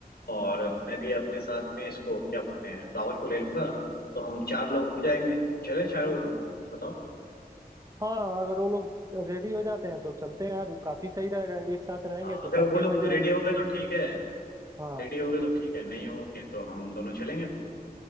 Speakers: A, on the left; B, on the right.
A: और मैं भी अपने साथ में इसको क्या बोलते हैं राहुल को ले लूंगा तो हम चार लोग हो जाएंगे चले चारों लोग बताओ
B: हाँ अगर वो लोग रेडी हो जाते हैं तो चलते हैं यार काफी सही रहेगा एक साथ रहेंगे
A: हाँ,
B: तो
A: अगर
B: काफी
A: वो लोग
B: मजे आएंगे
A: रेडी हो गए तो ठीक है
B: हाँ
A: रेडी हो गए तो ठीक है नहीं होंगे तो हम दोनों चलेंगे